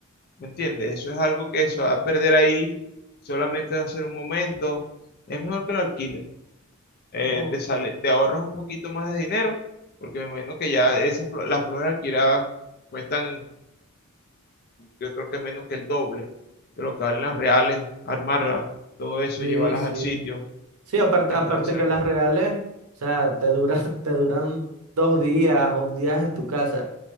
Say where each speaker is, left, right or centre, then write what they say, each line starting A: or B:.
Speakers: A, on the left; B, on the right.
A: ¿me entiendes? Eso es algo que se va a perder ahí, solamente va a ser un momento. Es mejor que lo alquiles. eh,
B: Oh,
A: te sale, te ahorras un poquito más de dinero, porque me imagino que ya esas, flo- las flores alquiladas cuestan, yo creo que menos que el doble de lo que valen las reales, armarlas, todo eso,
B: sí,
A: llevarlas
B: sí.
A: al sitio.
B: Sí, aparte,
A: Entonces,
B: aparte que las reales, o sea, te duran, <laughs> te duran dos días o un día en tu casa.